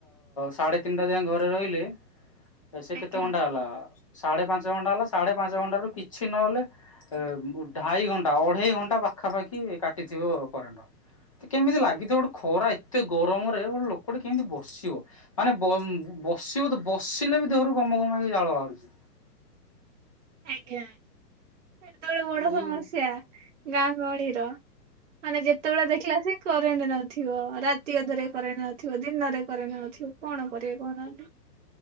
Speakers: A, on the left; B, on the right.
A: ସାଢେ ତିନିଟା ଯାଏ ଘରେ ରହିଲି ଏ ସେ
B: ଆଜ୍ଞା
A: କେତେ ଘଣ୍ଟା ହେଲା ସାଢେ ପାଞ୍ଚ ଯେତେ ଘଣ୍ଟା ହେଲା ସେ ସାଢେ ପାଞ୍ଚ ଘଣ୍ଟା ରୁ କିଛି ନହେଲେ ଉ ଢାଇ ଘଣ୍ଟା ଅଢେଇ ଘଣ୍ଟା ପାଖାପାଖି କାଟିଥିବ କରେଣ୍ଟ। କେମିତି ଲାଗିଥିବ ଗୋଟେ ଖରା ଏତେ ଗରମରେ ଗୋଟେ ଲୋକଟେ କେମିତି ବସିବ। ମାନେ ବସିବ ତ ବସିଲେ ବି ଦେହରୁ ଗମଘମ ହେଇକି ଜାଳ ବାହାରୁଛି।
B: ଆଜ୍ଞା। ସେତେବେଳେ ବଡ ସମସ୍ୟା।
A: ଏଇ
B: ଗାଁ ଗହଳିର ମାନେ ଯେତେବେଳେ ଦେଖିଲା ଆସିକି କରେଣ୍ଟ ନ ଥିବ, ରାତି ଅଧରେ କରେଣ୍ଟ ନଥିବ ଦିନରେ କରେଣ୍ଟ ନଥିବ କଣ କରିବେ କହୁନାହାନ୍ତି।